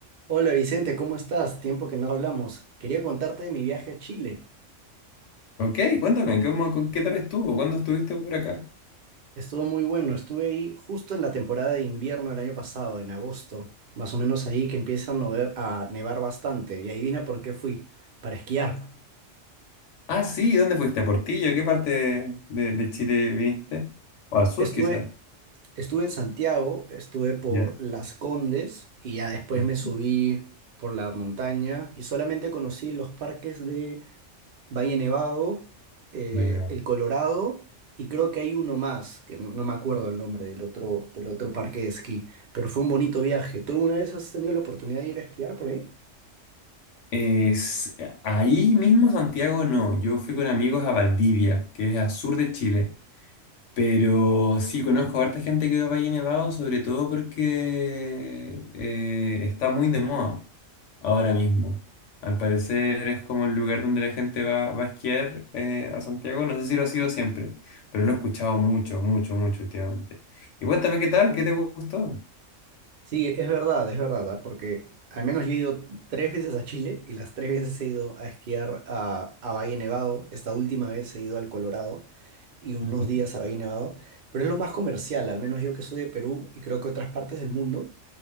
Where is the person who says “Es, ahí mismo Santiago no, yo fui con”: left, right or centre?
Left